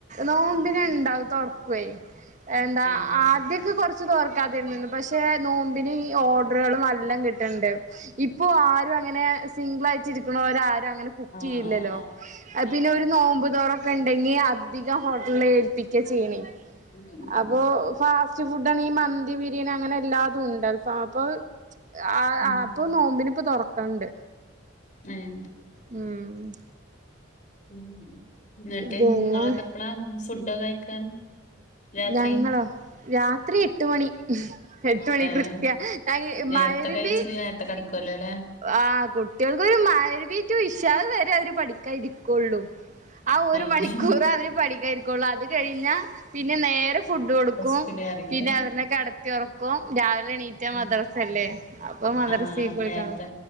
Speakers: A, on the right; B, on the left.
A: നോമ്പിൻ എന്താ തോർക്കുവേ എന്താ
B: ഏഹ്
A: ആഹ് ആതിയൊക്കെ കുറച്ച് തൊറ ക്കാതിരുന്നിന് പക്ഷെ നോമ്പിന് ഈ ഓർഡറുകൾ നല്ലോം കിട്ടുന്നുണ്ട് ഇപ്പൊ ആരും അങ്ങനെ സിംഗിൾ ആയിട്ട് ച്ച് ആരും അങ്ങനാ കുക്ക്
B: ആഹ്
A: ചെയ്യില്ലല്ലോ
B: ആഹ് ആഹ്
A: പിന്നെ
B: ആഹ്
A: ഒരു നോമ്പ് തൊറ ഇക്ക ഉണ്ടെങ്കിൽ അധികം ഹോട്ടലിൽ ഏൽപ്പിക്ക ചെയീണ്
B: ഉം ഉം
A: അപ്പൊ
B: ഉം
A: ഫാസ്റ്റ് ഫുഡ് ആണ് ഈ മന്തി ബിരിയാണി അങ്ങനെ എല്ലാതും ഉണ്ട്അൽഫാ അപ്പാ ആഹ്
B: ഉം
A: ഇപ്പൊ നോമ്പിൻ ഇപ്പ തുറക്ക്ണ്ട്
B: ഏഹ്
A: ഉം
B: ഉം ഇന്നിട്ട്
A: പിന്നെ
B: നിങ്ങളൊക്കെ എപ്പഴാ ഫുഡ്ഒക്കെ കഴിക്കാൻ രാത്രി
A: ഞങ്ങളോ രാത്രി എട്ട് മണി എട്ട് മണി
B: ഏഹ്
A: കൃത്യ അഹ്
B: നേരത്തെ
A: മഗ്‌രിബി
B: കഴിച്ച് നേരത്തെ കെടക്കുവല്ലോ അല്ലേ
A: ആഹ് കുട്ടികൾക്ക് ഒരു മഹരിബ് റ്റു ഇഷാഹ് വരെ അവര് പഠിക്കാൻ ഇരിക്കോള്ളൂ ആഹ് ഒരു
B: ഏഹ്
A: മണിക്കൂർ അവന് പഠിക്കാൻ ഇരിക്കോള്ളൂ അത് കഴിഞ്ഞാ പിന്നെ നേരെ ഫുഡ് കൊടുക്കും
B: വെശക്കണ് പറയില്ലേ
A: പിന്നെ അവനെ കെടത്തി ഉറക്കും രാവിലെ എണീ മറ്റെ
B: ഉം
A: മദ്രസല്ലേ അപ്പൊ മദ്രസ
B: ആഹ് ആഹ്
A: പോയിക്കണം
B: നേരത്തെ